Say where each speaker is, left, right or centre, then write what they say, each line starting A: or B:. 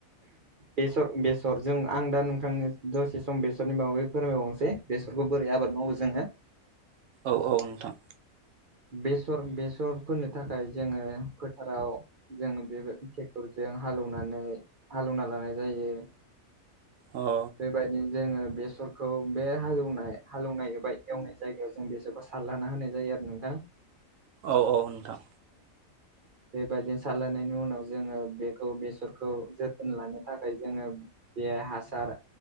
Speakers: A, on the right (about 50°); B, on the right (about 75°).
A: बेसर बेसर जों आं दा नोंथांनि दसे सम बेसरनि बागैै फोरमायबावनोसै। बेसरखौ बोरै आबाद मावो जोङो।
B: औ औ नोंथां।
A: बेसर बेसर फोनो थाखाय जोङो फोथाराव जों बे ट्रेक्टर जों हालनानै हालेवना लानाय जायो
B: औ।
A: बेबायदिनो जोङो बेसरखौ बे हालेवनाय हालेवनाय एबा एवनाय जायगायाव जों बेसरखौ सारलाना होनाय जायो। नोंथा।
B: औ औ नोंथां
A: बेबायदिनो सारलायनायनि उनाव जोङो बेखौ बेसरखौ जोथोन लानो थाखाय जोङो बेहाय हासार